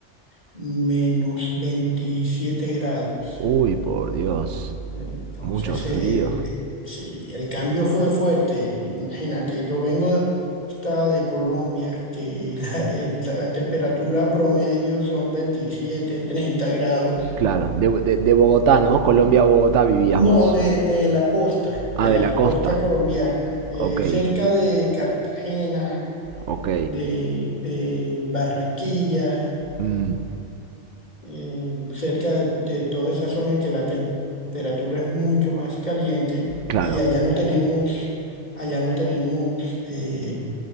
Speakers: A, on the left; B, on the right.
A: menos 27 grados.
B: Uy, por Dios.
A: Entonces,
B: Mucho frío.
A: eh, el, eh, sí, el cambio fue fuerte. Imagínate, yo vengo de, costa de Colombia, que <laughs> la, el- la temperatura promedio son 27 30 grados.
B: Claro, de, de- de Bogotá, ¿no? Colombia, a Bogotá vivías
A: No,
B: vos.
A: de, de la costa, de
B: Ah, de
A: la
B: la costa.
A: costa colombiana, eh,
B: Ok,
A: cerca de Cartagena,
B: ok.
A: de, de Barranquilla.
B: Mm,
A: eh, cerca de, de toda esa zona que la tem- temperatura es mucho más caliente
B: claro,
A: y allá no tenemos, allá no tenemos eh,